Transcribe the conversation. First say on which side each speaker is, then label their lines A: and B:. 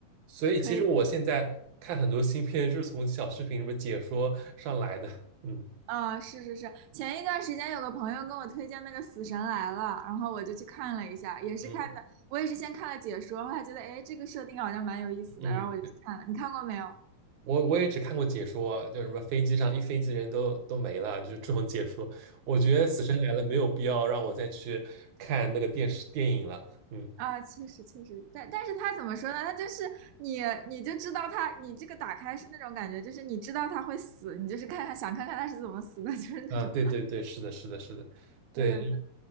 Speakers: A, on the right; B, on the right.
A: 所以其实我现在看很多新片是从小视频什么解说上来的，
B: 可以。
A: 嗯
B: 啊，是是是，前一段时间有个朋友跟我推荐那个《死神来了》，然后我就去看了一下，也是看的，
A: 嗯
B: 我也是先看了解说，后来觉得哎，这个设定好像蛮有意思的，
A: 嗯，
B: 然后我就去看了。你看过没有？
A: 我我也只看过解说，就什么飞机上一飞机人都都没了，就是这种解说。我觉得《死神来了》没有必要让我再去看那个电视电影了，嗯
B: 啊，确实确实，但但是他怎么说呢？他就是你你就知道他，你这个打开是那种感觉，就是你知道他会死，你就是看看想看看他是怎么死的，<laughs> 就是那种。
A: 啊，对对对，是的，是的，是的，对，
B: 对对对，